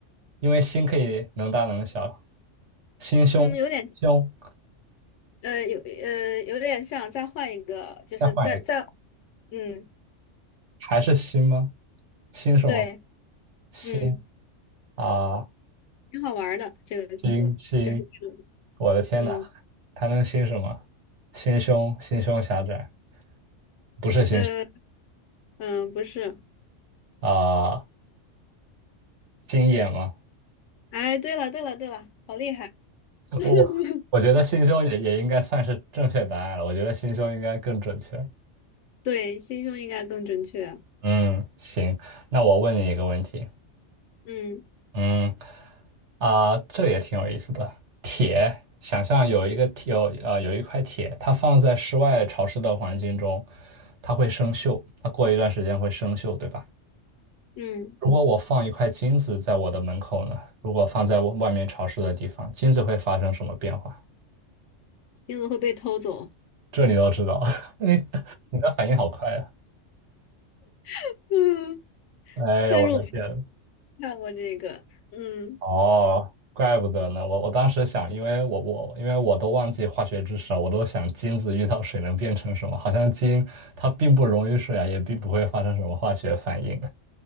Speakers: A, on the right; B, on the left.
A: 因为心可以能大能小，心胸胸，
B: 嗯，有点，呃，有，呃，有点像，再换一个，就是再再，
A: 再换一个，
B: 嗯，
A: 还是心吗？心什么？
B: 对，
A: 心
B: 嗯，
A: 啊，
B: 挺好玩儿的这个词，
A: 心心，
B: 就是这个，
A: 我的天呐，
B: 嗯，
A: 还能心什么？心胸，心胸狭窄，不是心胸
B: 呃，嗯，不是，
A: 啊，心眼吗？
B: 哎，对了，对了，对了，好厉害，
A: 我我觉得心胸也也应该算是正确答案了，
B: <laughs>
A: 我觉得心胸应该更准确。
B: 对，心胸应该更准确，
A: 嗯，行，那我问你一个问题，
B: 嗯
A: 嗯。啊，这也挺有意思的。铁，想象有一个铁，有呃有一块铁，它放在室外潮湿的环境中，它会生锈，它过一段时间会生锈，对吧？
B: 嗯，
A: 如果我放一块金子在我的门口呢？如果放在外面潮湿的地方，金子会发生什么变化？
B: 钉子会被偷走，
A: 这你都知道，<laughs> 你你的反应好快啊！
B: <laughs> 嗯，
A: 哎呀，
B: 但是我没
A: 我的天，
B: 看过这个，嗯。
A: 哦，怪不得呢。我我当时想，因为我我因为我都忘记化学知识了，我都想金子遇到水能变成什么？好像金它并不溶于水啊，也并不会发生什么化学反应。